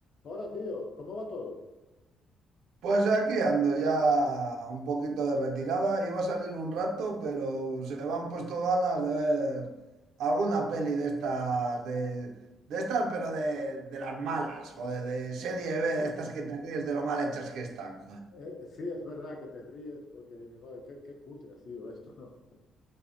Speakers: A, on the left (about 60°); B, on the right (about 80°).
A: Hola, tío, ¿cómo va todo?
B: Pues aquí ando ya un poquito de retirada. Iba a salir un rato, pero se me han puesto ganas de ver alguna peli de estas, de, de estas, pero de, de las malas, joder, de serie B, de
A: <laughs>
B: estas que te ríes de lo mal hechas que están.
A: Eh, sí, es verdad que te ríes porque dices, joder, qué, qué cutre ha sido esto, ¿no?